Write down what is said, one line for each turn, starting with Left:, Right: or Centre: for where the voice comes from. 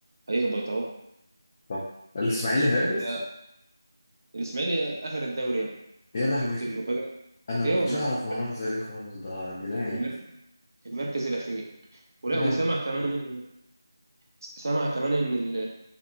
Right: هيهبط أهو
Left: صح الاسماعيلي هيهبط
Right: ده الإسماعيلي آخر الدوري يا ابني
Left: يا لهوي
Right: شفت المفاجأة؟
Left: انا
Right: إيه
Left: ما
Right: والله
Left: كنتش اعرف معلومه زي دي خالص ده جنان يعني
Right: المر- المركز الأخير ولا
Left: يا لهوي
Right: وسمع كمان سامع كمان ان ال